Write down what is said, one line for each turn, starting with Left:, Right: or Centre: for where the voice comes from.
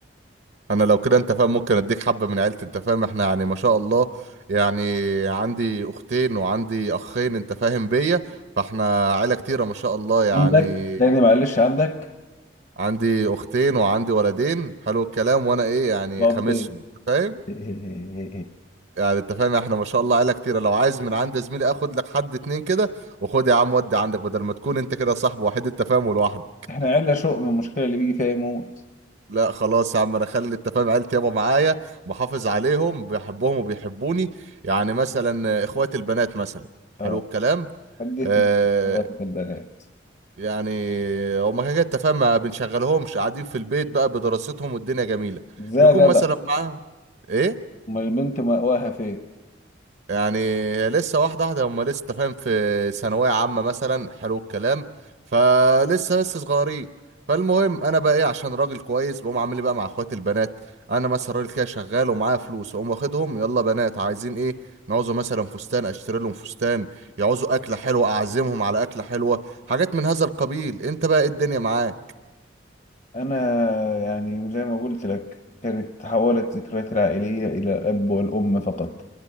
Right: انا لو كده انت فاهم ممكن اديك حبه من عيلتي انت فاهم احنا يعني ما شاء الله يعني عندي اختين وعندي اخين انت فاهم بيا فاحنا عيله كتيره ما شاء الله يعني
Left: عندك تاني معلش عندك
Right: عندي اختين وعندي ولدين حلو الكلام وانا ايه يعني
Left: وابين
Right: خامسهم انت فاهم
Left: <laughs>
Right: يعني انت فاهم احنا ما شاء الله عيله كتيره لو عايز من عند زميلي اخد لك حد اتنين كده وخد يا عم ودي عندك بدل ما تكون انت كده صاحب وحيد التفاهم لوحدك
Left: احنا عيلة شوق من المشكلة اللي بيجي فيها يموت
Right: لا خلاص يا عم انا اخلي التفاهم عيلتي يابا معايا محافظ عليهم بحبهم وبيحبوني يعني مثلا اخوات البنات مثلا
Left: اه
Right: حلو الكلام
Left: حديت
Right: آه
Left: من مرات البنات
Right: يعني هما كده كده التفاهم ما بنشغلهمش قاعدين في البيت بقى بدراستهم والدنيا جميله
Left: ازاي
Right: بيكون
Left: يا جدع
Right: مثلا معاهم ايه
Left: امال البنت مأواها فين
Right: يعني هي لسه واحدة واحدة هم لسه أنت فاهم في ثانوية عامة مثلا حلو الكلام فلسه لسه صغيرين فالمهم انا بقى ايه عشان راجل كويس بقوم عامل لي بقى مع اخواتي البنات انا مثلا راجل كده شغال ومعايا فلوس واقوم واخدهم يلا بنات عايزين ايه نعوزوا مثلا فستان اشتري لهم فستان يعوزوا اكله حلوه اعزمهم على اكله حلوه حاجات من هذا القبيل انت بقى ايه الدنيا معاك
Left: انا يعني زي ما قلت لك كانت تحولت ذكرياتي العائلية الى الاب والام فقط